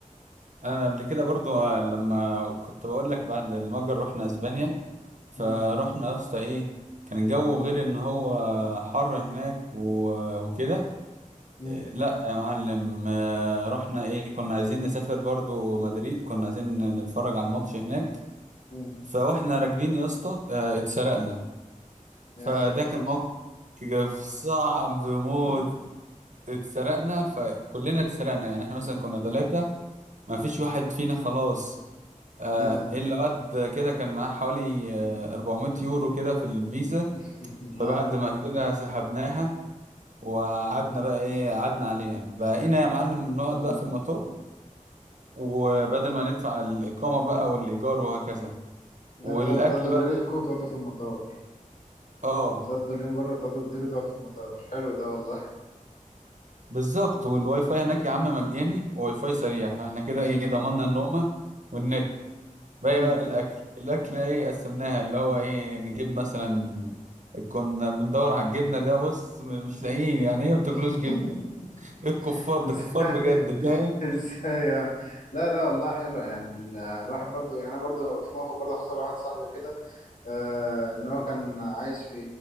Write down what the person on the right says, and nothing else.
أنا قبل كده برضو آه، لما كنت بقول لك بعد المجر رحنا أسبانيا فروحنا
يا اسطى إيه كان الجو غير إن هو حر هناك و- وكده
إيه، لا يا معلم آه، رحنا إيه كنا عايزين نسافر برضو مدريد كنا عايزين نتفرج على الماتش هناك
فواحنا راكبين يا اسطى آه، اتسرقنا
فده
كان موقف صعب موت
اتسرقنا فكلنا اتسرقنا يعني احنا مثلا كنا ثلاثة ما فيش واحد فينا خلاص آه،
الا واد كده كان معاه حوالي آه، 400 يورو كده في الفيزا
فبعد
ما كده سحبناها وقعدنا بقى ايه قعدنا عليها بقينا يا معلم نقعد
بقى في المطار وبدل ما ندفع الإقامة بقى والإيجار وهكذا
والأكل
بقى
اه
بالظبط والواي فاي هناك يا عم مجاني وواي فاي سريع فاحنا كده ايه
ضمننا النومة والنت باقي
بقى الاكل الاكل ايه قسمناها اللي هو ايه نجيب مثلا كنا بندور على الجبنة ده بص م- مش لاقيين يعني هي بتجلوش
جبنة إيه الكفار ده
كفار بجد فاهم